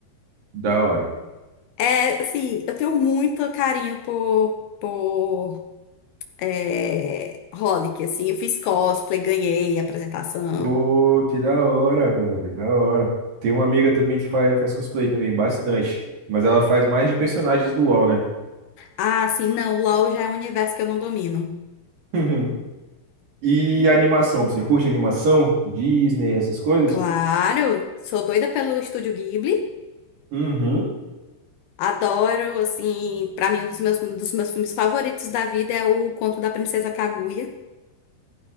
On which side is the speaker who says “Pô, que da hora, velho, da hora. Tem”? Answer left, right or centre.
Right